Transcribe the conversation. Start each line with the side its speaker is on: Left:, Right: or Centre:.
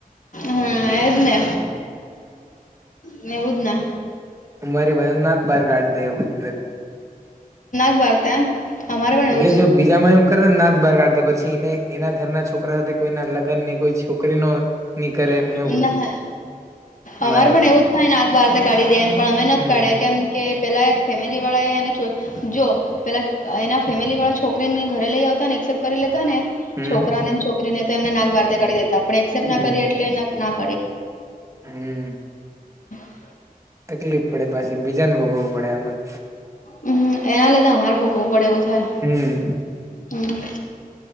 Left: હા એજ ને. ને એવુંજ ને.
Right: તમારી બેહોનાજ બાર ગાળ દે, એવું કરે.
Left: <inaudible> બારતા. અમારે પણ
Right: એટલે
Left: એવું
Right: જો. બીજા માં એમ કરને નાદ બહાર કાઢતા. પછી એને એના ઘરના છોકરા સાથે કોઈના લગ્ન ની કોઈ છોકરીનો ની કરે
Left: જ
Right: ને એવું બધું.
Left: ના અમારે
Right: મારી બાજુ
Left: પણ એવું જ થાય ને નાત બહાર કાઢી દે એમ. પણ અમે નથી
Right: હમ
Left: કાઢ્યા. કેમ? કે પેલા એક ફેમિલી વાળા એ એને જો પેલા એના ફેમિલી વાળા છોકરીને ઘરે લઈ આવતા ને એક્સેપ્ટ કરી લેતા ને.
Right: હમ
Left: છોકરા ને છોકરીને એમને નાક બાર કાઢી દેતા. પણ એક્સેપ્ટ
Right: હમ
Left: ના કરી એટલે ના
Right: હમ
Left: <inaudible>
Right: તકલીફ પડે પાછી બીજાન ભોગવું પડે આમાં
Left: હમ એના લીધે અમારે ભોગવવું પડે એવું થાય.
Right: હમ.
Left: હમ.